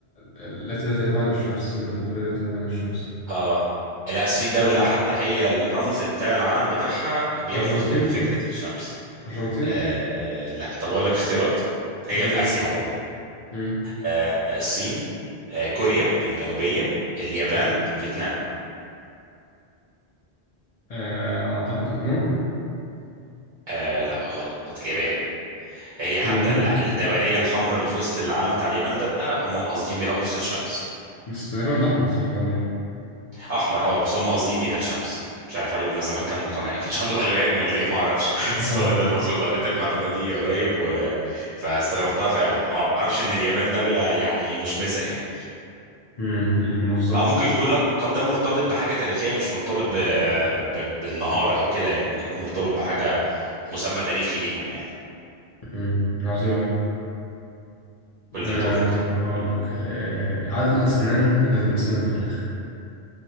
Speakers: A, on the left; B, on the right.
A: التي لا تغيب عن الشمس امبراطورية لا تغيب عن الشمس
B: اه لا في
A: بس
B: دولة
A: آه،
B: حتى هي الرمز بتاع العلم بتاعها بيرمز
A: أرجنتين
B: لفكرة الشمس
A: أرجنتين
B: أه لا طب اقول لك اختيارات هي
A: قول
B: في
A: لي يا
B: آسيا
A: سيدي
B: عموما
A: مم.
B: أه الصين أه كوريا الجنوبية اليابان فيتنام
A: آه، أعتقد فيتنام
B: آه لا غلط اليابان هي حتى
A: اليابان
B: ال- الدورية الحمراء اللي في وسط العلم بتاع اليابان ده هم قاصدين بيها قرص الشمس
A: بس تقريبا ده أحمر صح ولا إيه؟
B: احمر اه بس هم قاصدين بيها الشمس مش عارف هل هم زمان كانوا مقتنعين كانش عندهم الوان ولا ايه ما اعرفش <laughs> بس
A: اه
B: هو ده المقصود قريت المعلومة دي قريب و... فاستغربتها فعلا ما اعرفش ان اليابان دولة يعني مشمسة يعني
A: مم، مم، بالظبط
B: او ممكن يكون اللقب ده مرتبط بحاجة تاريخية مش مرتبط ب... ب... بالنهار او كده يعني ممكن يكون مرتبط بحاجة مسمى تاريخي ليهم يعني
A: مم، عظيم أوي
B: قول لي
A: آه
B: دورك
A: طب أقول لك آه عدد الأسنان لدى الإنسان البالغ